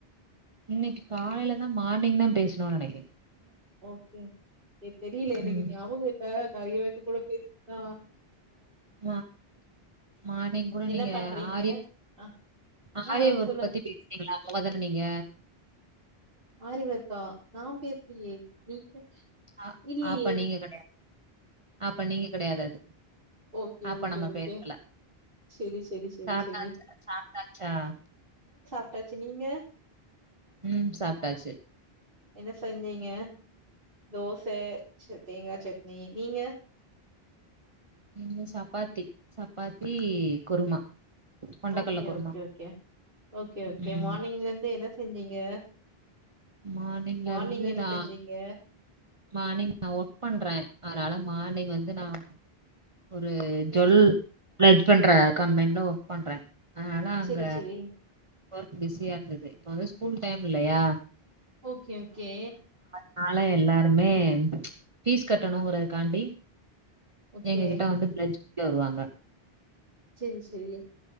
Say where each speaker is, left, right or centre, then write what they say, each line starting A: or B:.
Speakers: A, on the right; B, on the right.
A: இன்னிக்கி காலையிலதான் மார்னிங் தான் பேசணும்னு நினைக்கறேன்
B: ஓகே ஏ தெரியல எனக்கு
A: ம்
B: ஞாபகோ இல்ல கையெழுத்து கூட பென் தா
A: மா மார்னிங் கூட
B: என்ன
A: நீங்க
B: பண்றீங்க
A: ஆரி‌
B: அ
A: ஆரிஒர்க்
B: ஆ சொல்லுங்க
A: பத்தி பேசுனிங்களே அவுங்கதான நீங்க
B: ஆரி ஒர்க்கா நா பே ஏ நீங்க
A: ஆ
B: இல்லயே
A: அப்ப நீங்க கெடையாது அப்ப நீங்க கிடையாது அது
B: ஓகே
A: அப்ப
B: ஓகே
A: நம்ம
B: ஓகே
A: பேசல
B: செரி செரி செரி
A: சாப்ட்டாச்சா
B: செரி
A: சாப்ட்டாச்சா
B: ட்டாச்சி நீங்க
A: உம் சாப்டாச்சி
B: என்ன செஞ்சீங்க தோச ச தேங்கா சட்னி நீங்க
A: இங்க சப்பாத்தி சப்பாத்தி குருமா கொண்டக்கல்ல
B: okay
A: kurma
B: okay okay okay okay
A: ம்
B: மார்னிங்ல இருந்து என்ன செஞ்சீங்க
A: மார்னிங்ல
B: மார்னிங்
A: இருந்து
B: என்ன
A: நா
B: செஞ்சீங்க?
A: மார்னிங் நா ஒர்க் பண்ற அதனால மார்னிங் வந்து நா ஒரு ஜொல்
B: என்
A: ப்லட் பண்ற கம்பெனில ஒர்க் பண்ற அதனால அங்க
B: சரி, சரி.
A: ஒர்க் பிஸியா இருந்தது வந்து ஸ்கூல் டைம் இல்லையா
B: ஓகே ஓகே
A: நால எல்லாருமே பீஸ் கட்டணுங்குறக்காண்டி
B: ஓகே.
A: எங்ககிட்ட வந்து பிலஜ் ட்ல வருவாங்க
B: செரி செரி